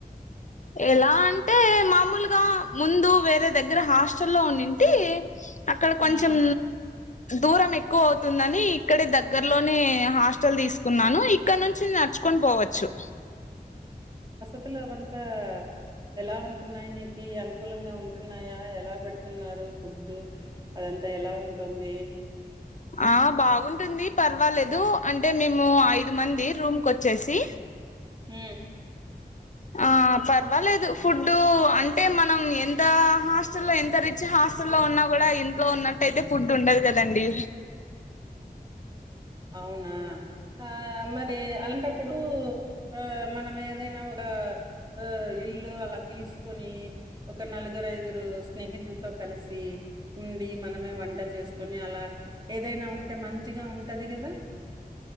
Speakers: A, on the left; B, on the right.
A: ఎలా అంటే మామూలుగా ముందు వేరే దగ్గర హాస్టల్ల్లో ఉన్నింటి అక్కడ కొంచం
B: ఆ!
A: దూరం ఎక్కువ అవుతుందని ఇక్కడే దగ్గర్లోనే హాస్టల్ దీసుకున్నాను ఇక్కన్నుంచి నడ్చ్ కొని బోవచ్చు
B: <unintelligible> అంతా ఎలా ఉంటున్నాయ్ నీకి అనుకూలంగా ఉంటున్నాయా ఎలా బెడుతున్నారు ఫుడ్డు అదంతా ఎలా ఉంటుంది
A: ఆ బాగుంటుంది పర్వాలేదు అంటే మేము ఐదు మంది రూమ్ కొచ్చేసి
B: మ్
A: ఆ పర్వాలేదు ఫుడ్డు అంటే మనం ఎంత హాస్టల్ లో ఎంత రిచ్ హాస్ స్టల్లో ఉన్నా కూడా ఇంట్లో ఉన్నట్టయితే ఫుడ్ ఉండదు కదండి
B: అవునా ఆ మరి అలాంటప్పుడు ఆ మనం ఏదైనా ఒక ఆ ఇల్లు అలా తీసుకొని ఒక నలుగు ఐదుగురు స్నేహితులతో కలిసి ఉండి మనమే వంట చేసుకొని అలా ఏదైనా ఉంటే మంచిగా ఉం టది కదా